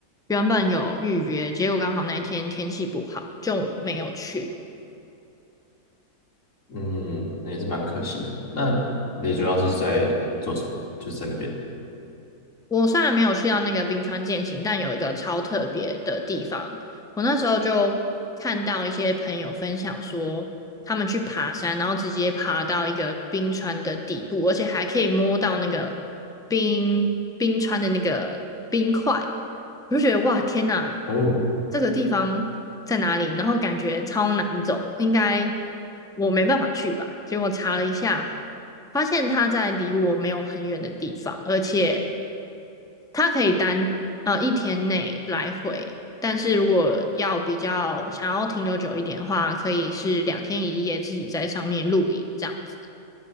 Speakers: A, in the centre; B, on the left.
A: 原本有预约，结果刚好那一天天气不好，就没有去。
B: 嗯，那也是蛮可惜的。那你主要是在做什么？就是在那边
A: 我虽然没有去到那个冰川健行，但有一个超特别的地方，我那时候就看到一些朋友分享说，他们去爬山，然后直接爬到一个冰川的底部，而且还可以摸到那个冰冰川的那个冰块，我就觉得哇，天呐，
B: 哦，
A: 这个地方在哪里？然后感觉超难走，应该我没办法去吧。结果查了一下，发现它在离我没有很远的地方，而且它可以单呃一天内来回，但是如果要比较想要停留久一点的话，可以是两天一夜自己在上面露营这样子。